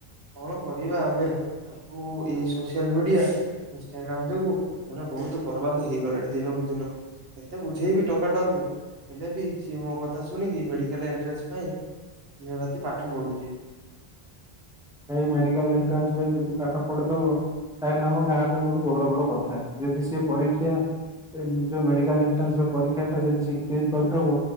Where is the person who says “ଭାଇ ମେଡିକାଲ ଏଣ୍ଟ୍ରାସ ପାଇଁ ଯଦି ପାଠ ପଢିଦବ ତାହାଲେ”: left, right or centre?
Centre